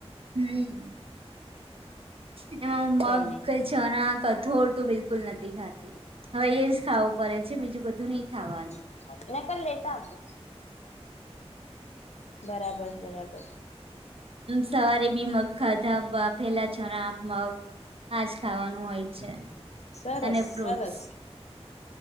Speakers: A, on the right; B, on the left.
A: હમ્મ, એમાં હું મગ
B: કઈ નઈ
A: <unintelligible> ચણા કઠોળ તો બિલકુલ નથી ખાતી. હવે એ જ ખાવું પડે છે, બીજું બધું નહીં ખાવાનું.
B: <unintelligible> લેતા આવજો. બરાબર-બરાબર.
A: સવારે બી મગ ખાધા, બાફેલા ચણા, મગ, આ જ ખાવાન હોય છે.
B: સરસ-સરસ.
A: અને ફ્રૂટ્સ